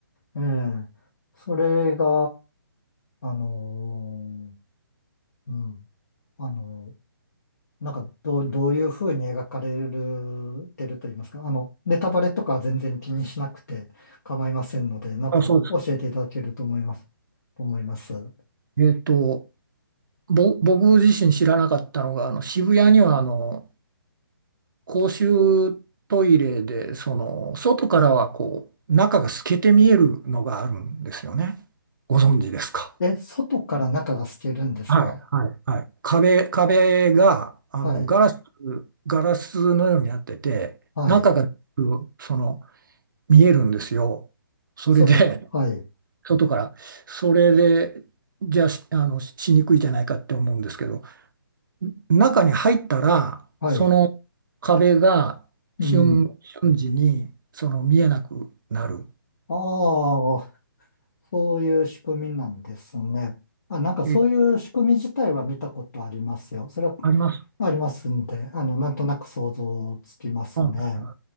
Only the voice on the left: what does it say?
ええ。それが、あのーうん。あのーなんかどう、どういうふうに描かれてると言いますか、あの、ネタバレとかは全然気にしなくて構いませんので、なんか教えていただけると思います。
と思います。
え、外から中が透けるんですか
はい。
はい。
外か、はい。
はい。
うん。
ああ、そういう仕組みなんですね。あ、なんかそういう仕組み自体は見たことありますよ。
それは
ありますんで、あの、なんとなく想像つきますね。